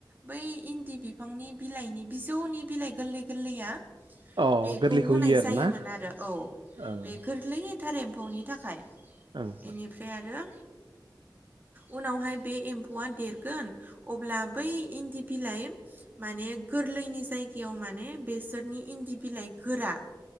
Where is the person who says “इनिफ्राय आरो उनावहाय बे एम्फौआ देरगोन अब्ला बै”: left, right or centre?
Right